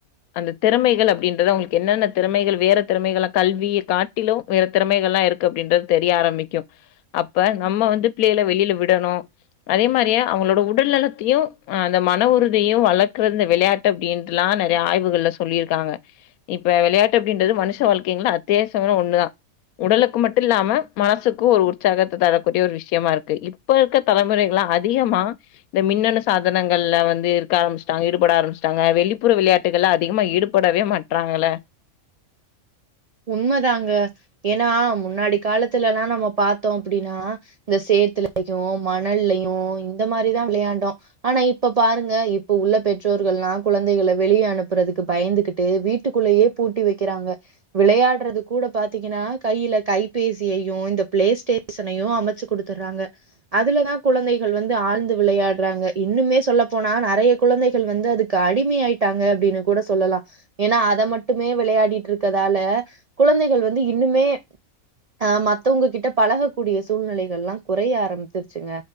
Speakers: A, on the left; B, on the right.
A: அந்த திறமைகள் அப்படின்றத அவுங்களுக்கு என்னென்ன திறமைகள் வேற திறமைகள்ளாம் கல்வியே காட்டிலும் வேற திறமைகள்லாம் இருக்கு அப்படின்றது தெரிய ஆரம்பிக்கும் அப்ப நம்ம வந்து பிள்ளையல வெளியில விடணும் அதே மாரியே அவங்களோட உடல்நலத்தையும் அந்த மன உறுதியையும் வளர்க்குறது விளையாட் ட்டு அப்படின்னுட்டுல்லாம் நெறைய ஆய்வுகள்ல சொல்லியிருக்காங்க இப்ப வெளையாட்டு அப்டின்றது மனுஷ வாழ்க்கைங்கள்ல அத்தியாவசிய ஒன்னுதான் உடலுக்கு மட்டும் இல்லாம மனசுக்கும் ஒரு உற்சாகத்த தரக்கூடிய ஒரு விஷயமா இருக்கு இப்ப இருக்க தலைமுறைகள்லாம் அதிகமா இந்த மின்னணு சாதனங்கள்ல வந்து இருக்க ஆரம்பிச்சுட்டாங்க ஈடுபட ஆரம்பிச்சிட்டாங்க வெளிப்புற விளையா ட்டுகல அதிகமா ஈடுபடவே மாட்றாங்கள
B: உண்மதாங்க ஏன்னா முன்னாடி காலத்துலல்லாம் நம்ப பாத்தோம் அப்டின்னா இந்த சேத்துலையும் மணல்லையும் இந்த மாரிதான் விளையாண்டோம் ஆனா இப்ப பாருங்க இப்ப உள்ள பெற்றோர்கள்ல்லாம் குழந்தைகள வெளியே அனுப்புறதுக்கு பயந்துகிட் ட்டு வீட்டுக்குள்ளேயே பூட்டி வெக்கிறாங்க விளையாடுறதுக் கூட பாத்தீங்கன்னா கையில கைபேசியையும் இந்த பிளே ஸ்டேஷயனையும் அமைச்சு குடுத் துடுறாங்க அதுலதான் குழந்தைகள் வந்து ஆழ்ந்து விளையாடுறாங்க இன்னுமே சொல்ல போனா நறைய குழந்தைகள் வந்து அதுக் க்கு அடிமை ஆயிட்டாங்க அப்படின்னு கூட சொல்லலாம் ஏன்னா அத‌ மட்டுமே விளையாடிட்டு இருக்க றால குழந்தைகள் வந்து இன்னுமே அ மத்தொங்க கிட்ட பழகக்கூடிய சூழ்நிலைகள்லாம் கொறைய ஆரம்பிச்சிருச்சுங்க